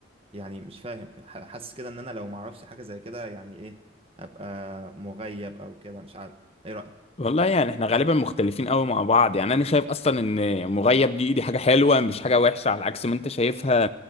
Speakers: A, on the right; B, on the left.
A: يعني مش فاهم ح- حاسس كده ان انا لو معرفش حاجة زي كده يعني ايه هبقى مغيب او كده مش عارف ايه رأيك
B: والله يعني احنا غالبا مختلفين قوي مع بعض يعني انا شايف اصلا ان مغيب دي دي حاجه حلوه مش حاجه وحشه على عكس ما انت شايفها